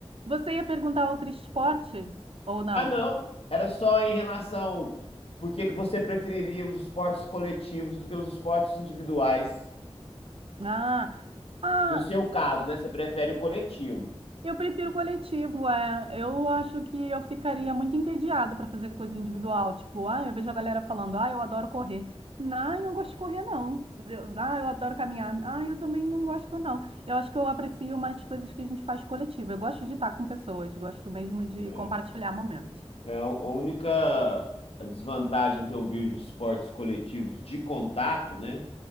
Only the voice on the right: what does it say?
você ia perguntar outro esporte ou não?
Ah. Ah,
Eu prefiro coletivo, é. Eu acho que eu ficaria muito entediada para fazer coisa individual. Tipo, ah, eu vejo a galera falando, ah, eu adoro correr. Não, eu não gosto de correr, não. Eu- ah, eu adoro caminhar. Ah, eu também não gosto, não. Eu acho que eu aprecio mais coisas que a gente faz coletivo. Eu gosto de estar com pessoas, gosto mesmo de
compartilhar momentos.